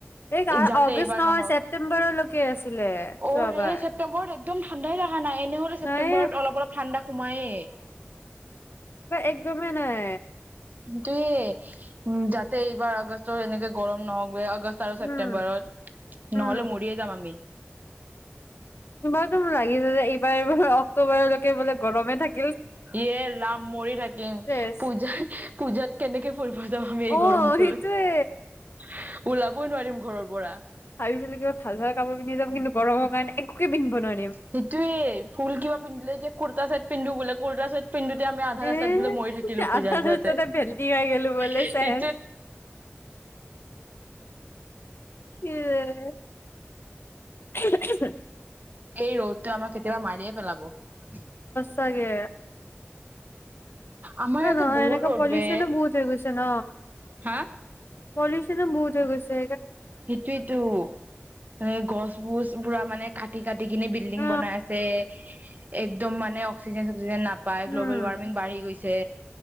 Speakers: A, on the left; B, on the right.
A: এই
B: যাতে
A: অগষ্ট
B: এইবাৰ
A: নহয়
B: নহওঁক
A: ছেপ্তেম্বৰলৈকে আছিলে
B: অ
A: যোৱাবাৰ
B: ৰে ছেপ্তেম্বৰত একদম ঠাণ্ডাই নাই নাই এনে হ'লেও ছেপ্টেম্বৰত
A: নাই
B: অলপ অলপ ঠাণ্ডা সোমায়ে
A: একদমে নাই
B: দুইয়ে যাতে এইবাৰ আগষ্টত এনেকে গৰম নহওঁক বে আগষ্ট আৰু
A: উম
B: ছেপ্তেম্বৰত
A: উম
B: নহ'লে মৰিয়ে যাম আমি
A: এইবাৰ টো লাগিছে যে এইবাৰ এইবাৰ অক্টোবৰ লৈকে বোলে গৰমে থাকিব
B: এ ৰাম মৰি থাকিম
A: চেচ
B: পূজাত পূজাত কেনেকে এই
A: অ
B: গৰমটোত
A: সেইটোয়ে
B: ওলাবই নোৱাৰিম ঘৰৰ পৰা
A: ভাবিছিলো কিবা ভাল ভাল কাপোৰ পিন্ধি যাব কিন্তু গৰমৰ কাৰণে একোকে পিন্ধিব নোৱাৰিম
B: সেইটোয়ে ভুল কিবা পিন্ধিলে যে কুৰতা চা পিন্ধোবোলে কোৰতা চাইত পিন্ধোতে আমি আধা
A: এ
B: ৰাস্তাত বোলে মৰি থাকিলো
A: আধা
B: পূজাত
A: ৰাস্তাতে
B: যাওঁতে
A: ভেন্দি খাই গলো বোলে
B: সেই
A: চেচ কি যে উমহ উমহ
B: এই ৰ'দটো আমাক কেতিয়াবা মাৰিয়ে পেলাব
A: তাকে
B: আমাৰ ইয়াতে
A: এ নহয়
B: বহুত
A: এনেকে
B: ৰ'দ
A: পলিউচনো
B: বে
A: বহুত হৈ গৈছে ন
B: হা
A: পলিউচনো বহুত হৈ গৈছেে
B: সেইটোয়েতো মানে গছ বোৰ পোৰা মানে কাটি কাটিকিনি বিল্ডিং
A: অ
B: বনাই আছে একদম মানে অক্সিজন চক্সিজেন নাপায় নাপাই
A: উম
B: গ্ল'বেল ৱাৰ্মিং বাঢ়ি গৈছে